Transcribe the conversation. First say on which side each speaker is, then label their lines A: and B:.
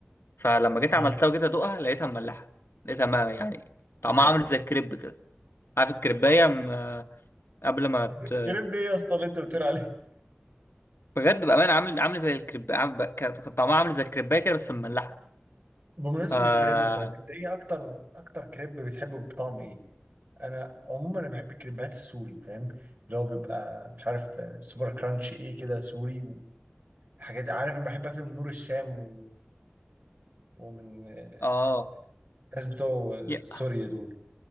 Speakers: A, on the left; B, on the right.
A: فلما جيت
B: اه
A: عملتها وجيت ادوقها لقيتها مملحه لقيتها ما يعني طعمها
B: فاهم.
A: عامل زي الكريب كده عارف الكريبايه م- آه، قبل ما
B: <laughs>
A: ت-
B: كريب ايه يا اسطى اللي انت بتقول عليه؟
A: بجد بأمانة عامل عامل زي الكريب عامل ب- كان كان طعمها عامل زي الكريباية كده بس مملحة
B: بمناسبة
A: فا
B: الكريب طيب انت ايه اكتر اكتر كريب بتحبه بطعم ايه؟ انا عموما انا بحب الكريبات السوري فاهم؟ اللي هو بيبقى مش عارف آه، سوبر كرانش ايه كده سوري وحاجات عارف انا بحب اكله من نور الشام و... ومن آه،
A: اه
B: الناس بتوع آه،
A: يا-
B: سوريا دول